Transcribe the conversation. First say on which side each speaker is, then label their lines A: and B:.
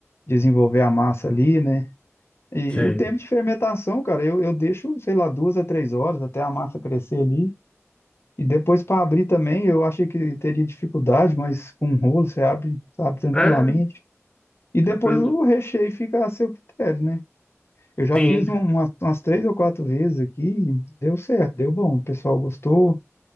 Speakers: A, on the left (about 55°); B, on the left (about 20°).
A: desenvolver a massa ali, né? E
B: Sim.
A: o tempo de fermentação, cara, eu, eu deixo, sei lá, duas a três horas até a massa crescer ali. E depois para abrir também, eu achei que teria dificuldade, mas com um rolo você abre, abre tranquilamente.
B: É,
A: E depois
B: tranquilo.
A: o recheio fica a seu critério, né? Eu já
B: Sim.
A: fiz um- umas, umas três ou quatro vezes aqui, e deu certo, deu bom, o pessoal gostou